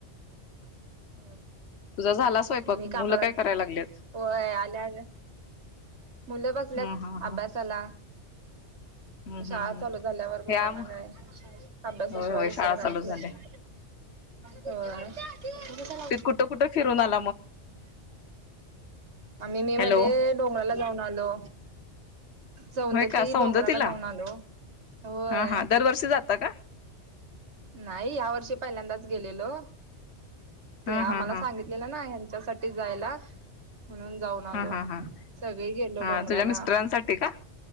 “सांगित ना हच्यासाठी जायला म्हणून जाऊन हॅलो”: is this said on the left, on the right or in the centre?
Right